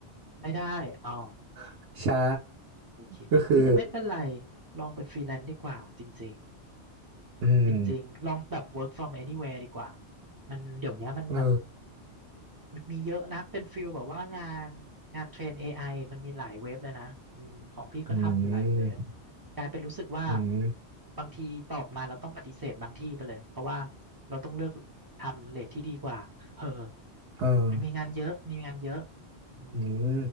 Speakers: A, on the right (about 30°); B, on the right (about 80°).
A: ไม่ได้อ๋อ
B: <laughs> ใช่
A: โอเคอุ้ยแต่ไม่เป็นไร
B: ก็คือ
A: ลองเป็นฟรีแลนซ์ดีกว่าจริง
B: อืม
A: จริงๆลองแบบ work from anywhere ดีกว่ามันเดี๋ยวเนี้ยมันแบบ
B: เออ
A: มันมีเยอะนะเป็นฟิลแบบว่างานงานเทรน AI มันมีหลายเว็บเลยนะอืมของพี่ก็ทำอยู่หลายเว็บ
B: อืม
A: กลายเป็นรู้สึกว่า
B: อืม
A: บางทีตอบมาเราต้องปฏิเสธบางที่ไปเลยเพราะว่าเราต้องเลือกทำเรทที่ดีกว่าเออ
B: เออ
A: มันมีงานเยอะมีงานเยอะอืม
B: อืม